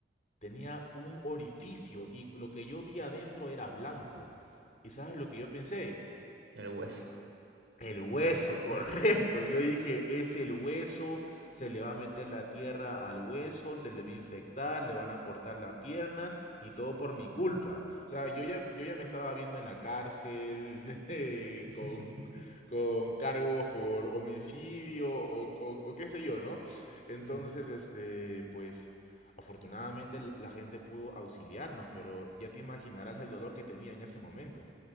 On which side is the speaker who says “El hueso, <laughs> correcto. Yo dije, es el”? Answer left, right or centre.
Left